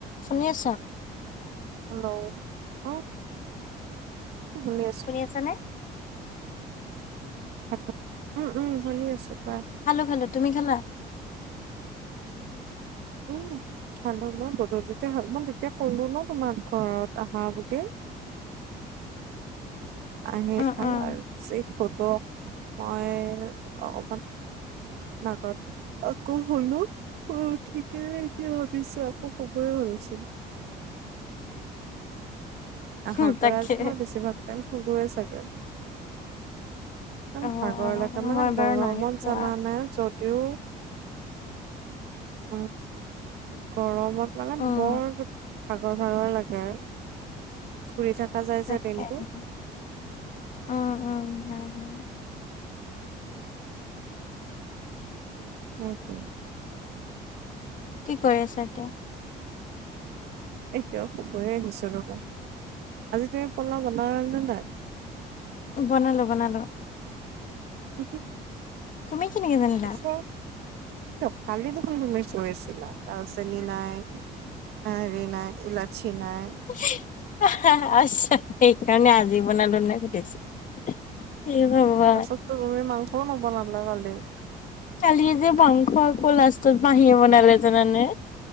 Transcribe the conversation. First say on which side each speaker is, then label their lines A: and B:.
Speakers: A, on the left; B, on the right.
A: শুনি আছ?
B: হেল্ল', অ শুনি আছোঁ ',
A: শুনি আছা নে?
B: হয়', উম', - উম', শুনি আছোঁ কোৱা',
A: খালোঁ', - খালোঁ', তুমি খালা?
B: উম', খালোঁ মই গধূলিতে খালোঁ মই তেতিয়া কলো নহ তোমাক ঘৰত আহা বুলি', আহি
A: উম,
B: খালোঁ
A: উম,
B: আৰু চিক টোটো মই অকমান', নাকত', আকৌ শোলো, শোই উঠি কিনে এতিয়া ভাবিছোঁ আকৌ শোবই হলচোন', আহাৰ
A: হুম,
B: পৰা
A: তাকে।
B: আজি মই বেছিভাগ টাইম নোধোৱে চাগৈ', ইমান,
A: অ',
B: ভাগৰ
A: অ',
B: লাগে মানে
A: মই
B: গৰমত
A: বাৰু নাই খোৱা।
B: জানা নে যদিও', উম', গৰমত মানে
A: উম,
B: বৰ ভাগৰ-ভাগৰ লাগে', ঘুৰি থকা যে',
A: তাকে
B: দিনটো
A: উ', -উ', উম', - উম', হয়', - হয়',
B: সেইটোৱে',
A: কি কৰি আছা এতিয়া?
B: এতিয়াও শুবয়ে গৈছোঁ ৰবা, আজি তুমি পোলাও বনালে নে নাই‌?
A: বনালো-বনালো ',
B: হুম', -হুম',
A: তুমি কেনেকে জানিলা?
B: আছে', কিয় কালি দেখোন তুমি কই আছিলা, দালচেনি নাই আৰু', নাই ইলাচী নাই',
A: হিঃ হা', -হা', আচ্ছা সেইকাৰণে আজি বনালোঁ নে সুধিছা', কি হ'ব বা',
B: তাৰপাছত ত, তুমি মাংসও নবনালা কালি',
A: কালি যে মাংস আকৌ লাষ্টত মাহীয়ে বনালে জানানে',